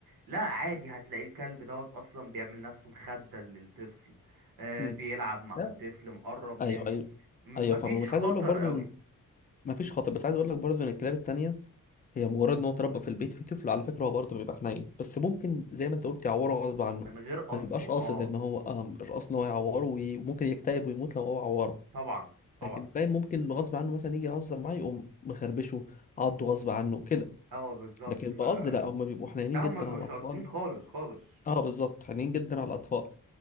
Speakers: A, on the right; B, on the left.
A: لا عادي هتلاقي الكلب دوت اصلا بيعمل نفسه مخده للطفل آه
B: مم.
A: بيلعب مع
B: لا
A: الطفل مقرب
B: ايوه
A: منه
B: ايوه
A: م-
B: ايوه
A: مفيش
B: فاهمك بس
A: خطر
B: عايز اقول لك برضو
A: قوي
B: ان مفيش خطر بس عايز اقول لك برضو ان الكلاب التانية هي مجرد ان هو اتربى في البيت في طفل على فكره هو برضو بيبقى حنين بس ممكن زي ما انت قلت يعوره غصب عنه
A: من غير قصده
B: ما بيبقاش
A: اه
B: قاصد ان هو آه مش قاصد ان هو يعوره وي- وممكن يكتئب ويموت لو هو عوره
A: طبعا طبعا
B: لكن باين ممكن غصب عنه مثلا يجي يهزر معاه يقوم مخربشه عضه غصب عنه كده
A: اه بالظبط
B: لكن
A: فده
B: بقصد لا هم بيبقوا حنينين
A: هما
B: جدا
A: مش
B: على الاطفال
A: قاصدين خالص خالص
B: اه بالظبط حنينين جدا على الاطفال